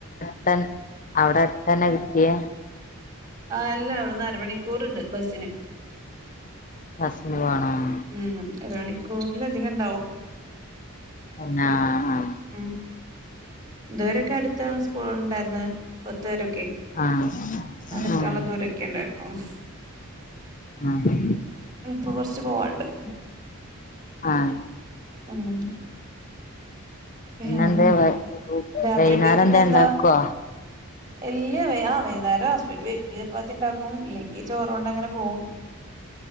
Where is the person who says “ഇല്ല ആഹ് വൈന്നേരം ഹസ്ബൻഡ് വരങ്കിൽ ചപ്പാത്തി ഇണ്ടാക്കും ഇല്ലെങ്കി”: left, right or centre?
Right